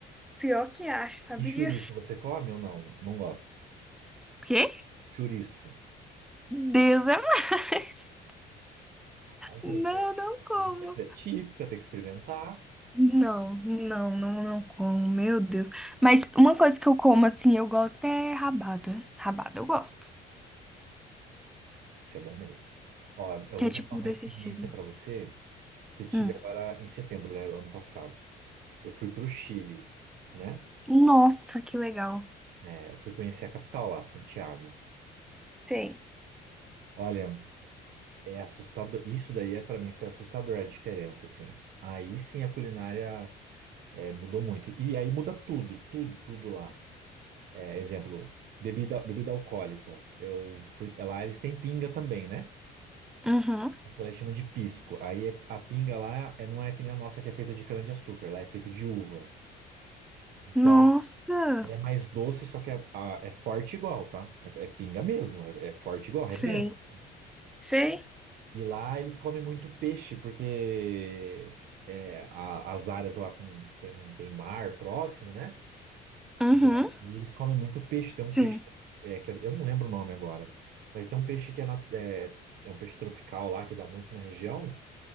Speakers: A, in the centre; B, on the right.
A: Pior que acho, sabia?
B: E chouriço, você come ou não? Não gosto.
A: O quê?
B: Chouriço.
A: Deus é mais.
B: Ai, gente,
A: Não,
B: é,
A: não como.
B: é é típica, tem que experimentar.
A: Não, não, não, não como. Meu Deus. Mas uma coisa que eu como, assim, eu gosto é rabada. Rabada eu gosto.
B: Isso é bom mesmo. Ó, eu
A: Que
B: vou
A: é
B: contar
A: tipo
B: uma
A: desse
B: experiência
A: estilo.
B: pra você que eu tive
A: Hum.
B: agora em setembro, né, do ano passado. Eu fui pro Chile, né?
A: Nossa, que legal.
B: É, eu fui conhecer a capital lá, Santiago.
A: Sei.
B: Olha, é assustador. Isso daí é para mim foi assustador a diferença, assim. Aí sim a culinária é, mudou muito. E aí muda tudo, tudo, tudo lá. É, exemplo, bebida, bebida alcoólica. Eu fui lá, eles têm pinga também, né?
A: Uhum.
B: Aquela eles chamam de pisco. Aí é- a pinga lá é, não é que nem a nossa que é feita de cana-de-açúcar, lá é feito de uva. Então,
A: Nossa.
B: ela é mais doce, só que é, a- é forte igual, tá? É, é pinga mesmo, é, é forte igual, rebenta,
A: Sei.
B: assim.
A: Sei.
B: E lá eles comem muito peixe, porque é, a- as áreas lá tem, tem, tem mar próximo, né?
A: Uhum.
B: E aí eles comem muito peixe. Tem um
A: Sim.
B: peixe, é, que é- eu não lembro o nome agora, mas tem um peixe que é, na- é é um peixe tropical lá que dá muito na região.